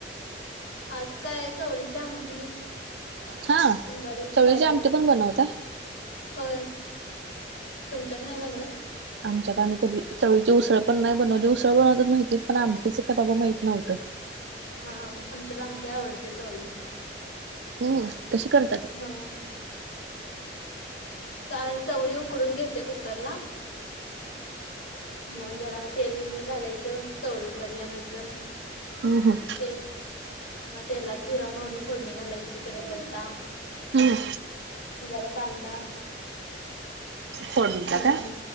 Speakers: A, on the left (about 85°); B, on the right (about 80°).
A: आज काय चवळीच्या आमटी
B: हा
A: आंबाड्याची
B: चवळीची
A: भाजी
B: आमटी पण बनवताय
A: होय तुमच्यात नाही बनवत
B: आमच्यात आम्ही कधी चवळीची उसळ पण नाही बनवली उसळ बनवतात माहितीत पण आमटीचं काय बाबा माहित नव्हतं
A: हा आमच्यात आमठ्या आवडते चवळीची
B: हो कशी कराय
A: हा काय चवळी उकडून घेते कुकर ला मग जरा तेल घालायचं चवळी उकडल्यानंतर
B: हम् हम
A: ते मग तेलात जिरा मोहरी फोडणी घालायची कडीीपत्ता
B: हम्म
A: जरा काांदा
B: फोडणीला
A: ह
B: का?
A: ह